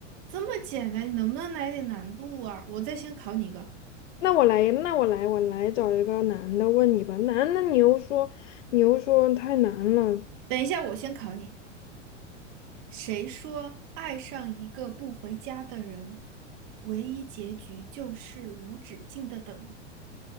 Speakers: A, on the right (about 50°); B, on the left (about 75°).
A: 这么简单，你能不能来点难度啊？我再先考你一个。
B: 那我来，那我来，我来找一个男的问你吧。男的你又说，你又说太难了。
A: 等一下，我先考你。谁说爱上一个不回家的人，唯一结局就是无止境的等？